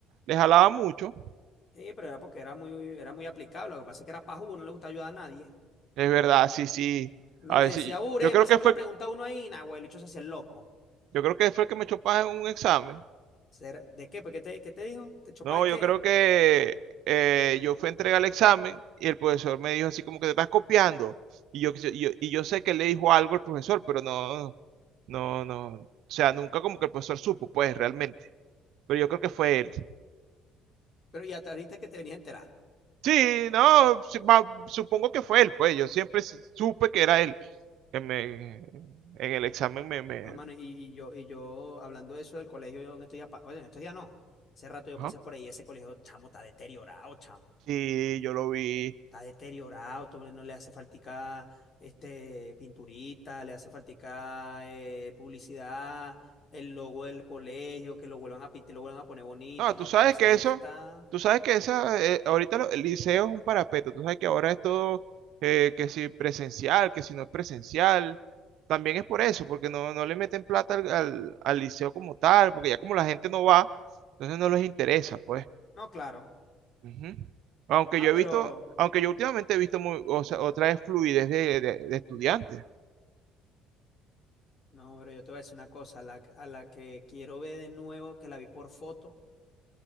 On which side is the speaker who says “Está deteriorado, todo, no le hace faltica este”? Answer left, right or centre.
Left